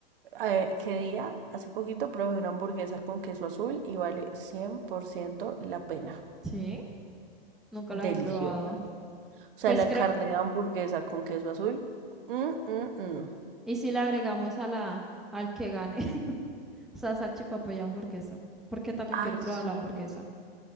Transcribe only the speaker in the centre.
Sí, nunca lo he
probado.
Pues
creo.
¿Y si le agregamos a la, al que gane? <laughs> O sea, salchipapa y hamburguesa. Porque también
quiero probar
la hamburguesa.